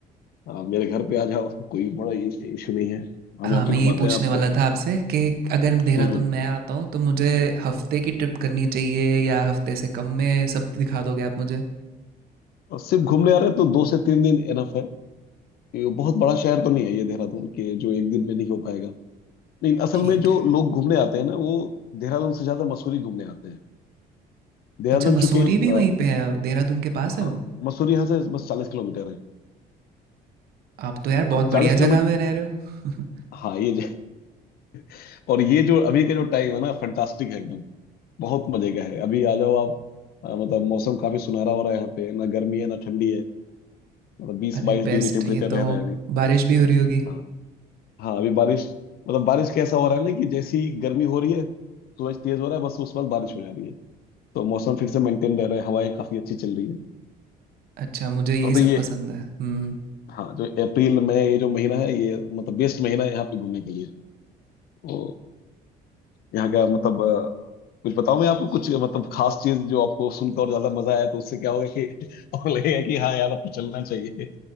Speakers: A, on the left (about 65°); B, on the right (about 65°).
A: अ, मेरे घर पे आ जाओ <laughs> कोई बड़ा इशू नहीं है हम
B: हाँ
A: यहाँ
B: मैं
A: पे घुमाते
B: यही पूछने
A: हैं आपको
B: वाला था आपसे कि अगर देहरादून
A: हम्म हम्म।
B: मैं आता हूँ तो मुझे हफ्ते की ट्रिप करनी चाहिए या हफ्ते से कम में सब दिखा दोगे आप मुझे
A: और सिर्फ घूमने आ रहे हैं तो दो से तीन दिन एनफ है ये बहुत बड़ा शहर तो नहीं है ये देहरादून के जो एक दिन में नहीं हो पाएगा लेकिन असल
B: ठीक
A: में जो
B: है
A: लोग घूमने आते हैं ना वो देहरादून से ज्यादा मसूरी घूमने आते हैं देहरादून
B: अच्छा मसूरी
A: चूंकि अ,
B: भी वहीं पे है देहरादून के पास
A: हाँ
B: है वो
A: मसूरी यहाँ से बस चालीस किलोमीटर है
B: आप तो यार बहुत
A: और चालीस
B: बढ़िया
A: किलोमीटर
B: जगह में रह रहे हो
A: हाँ ये जो <laughs> और ये जो अभी का जो टाइम है ना फंटास्टिक है एकदम बहुत मजे का है अभी आ जाओ आप अ, मतलब मौसम काफी सुनहरा हो रहा है यहाँ पे ना गर्मी है ना ठंडी है
B: <laughs>
A: मतलब बीस
B: अरे
A: बाईस
B: बेस्ट
A: डिग्री टेम्परेचर
B: ये
A: रह
B: तो
A: रहा है अभी
B: बारिश भी हो रही होगी
A: हाँ हाँ अभी बारिश मतलब बारिश कैसा हो रहा है ना कि जैसी गर्मी हो रही है सूरज तेज हो रहा है बस उसके बाद बारिश हो जा रही है तो मौसम फिर से मेंटेन रह रहा है हवाएं काफी अच्छी चल रही है
B: अच्छा मुझे यही
A: और तो
B: सब
A: ये
B: पसंद है हम्म
A: हाँ जो अप्रैल मई ये जो महीना है ये मतलब बेस्ट महीना है यहाँ पे घूमने के लिए तो यहाँ का मतलब अ, कुछ बताऊं मैं आपको कुछ मतलब खास चीज जो आपको सुनकर और ज्यादा मजा आया तो उससे क्या होगा कि <laughs> और लगेगा कि हाँ यार आपको चलना चाहिए